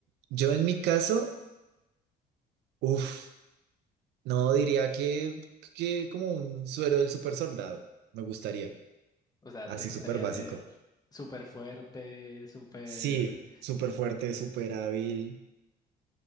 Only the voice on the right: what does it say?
yo en mi caso, uf, no diría que, que como un suero del super soldado, me gustaría,
así
súper básico.
Sí, súper fuerte, súper hábil,